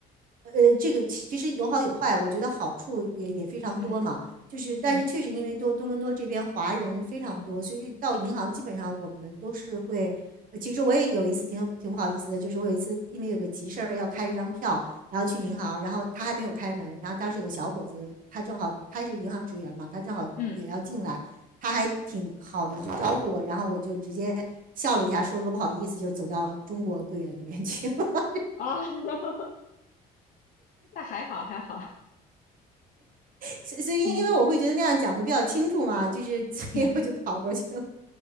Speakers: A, on the right; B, on the left.
A: 呃，这个其实有好有坏，我觉得好处也也非常多嘛。
B: 嗯
A: 就是，但是确实因为多多伦多这边华人非常多，
B: 嗯。
A: 所以到银行基本上我们都是会。呃其实我也有一次挺挺不好意思的，就是我有一次因为有个急事儿要开一张票，然后去银行，
B: 嗯
A: 然后他还没有开门，然后当时有个小伙子，他正好他是银行职员嘛，他正好也要进来，
B: 嗯，
A: 他还挺好的就招呼我，然后我就直接笑了一下，说了个不好意思，就走到中国柜员那边去了。
B: 哦，<laughs> 那还好还好，
A: 所所以，
B: 嗯
A: 因为我会觉得那样讲的比较清楚嘛，就是 <laughs> 所以我就跑过去了，
B: 嗯，